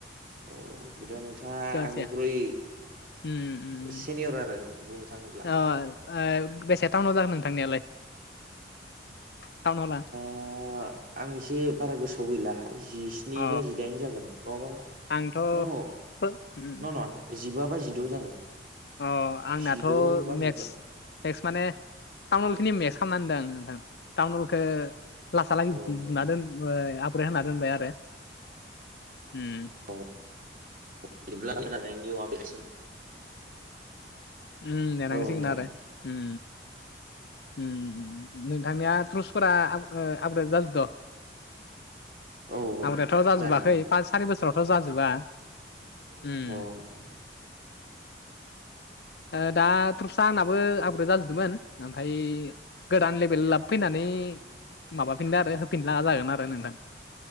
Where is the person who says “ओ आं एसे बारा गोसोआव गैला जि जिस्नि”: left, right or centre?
Right